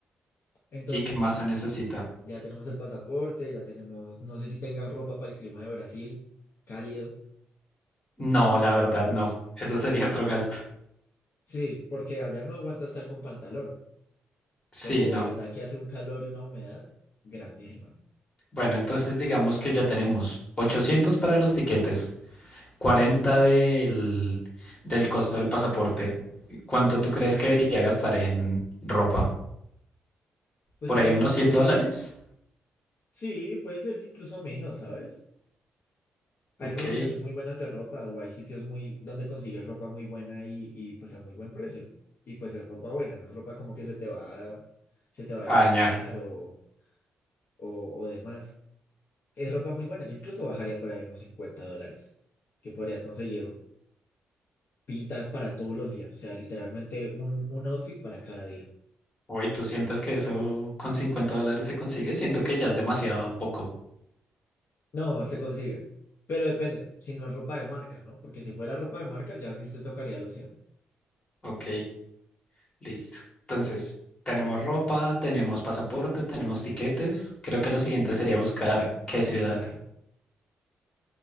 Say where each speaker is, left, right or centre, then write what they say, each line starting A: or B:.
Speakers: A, on the left; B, on the left.
A: Entonces,
B: ¿Y qué más
A: bueno,
B: se necesita?
A: ya tenemos el pasaporte, ya tenemos, no sé si tengas ropa para el clima de Brasil, cálido.
B: No, la verdad no. Eso sería otro gasto.
A: Sí, porque allá no aguanta estar con pantalón,
B: Sí,
A: porque
B: no.
A: de verdad que hace un calor y una humedad grandísima.
B: Bueno, entonces digamos que ya tenemos 800 para los tiquetes. 40 del, del costo del pasaporte. ¿Cuánto tú crees que debería gastar en ropa?
A: Pues
B: ¿Por
A: tú
B: ahí
A: podrías
B: unos
A: conseguir,
B: 100 dólares?
A: sí, puede ser que incluso menos, ¿sabes? Hay
B: Ok,
A: promociones muy buenas de ropa o hay sitios muy donde consigues ropa muy buena y, y pues a muy buen precio. Y pues es ropa buena, no es ropa como que se te va, se te vaya
B: a dañar.
A: a dañar o, o, o demás. Es ropa muy buena. Yo incluso bajaría por ahí unos 50 dólares, que podrías conseguir pintas para todos los días. O sea, literalmente un, un outfit para cada día.
B: Uy, ¿tú sientes que eso con 50 dólares se consigue? Siento que ya es demasiado poco.
A: No, se consigue. Pero depende, si no es ropa de marca, ¿no? Porque si fuera ropa de marca, ya sí te tocaría los cien
B: Ok, listo. Entonces, tenemos ropa, tenemos pasaporte, tenemos tiquetes. Creo que lo siguiente sería buscar qué ciudad.
A: Hospedaje,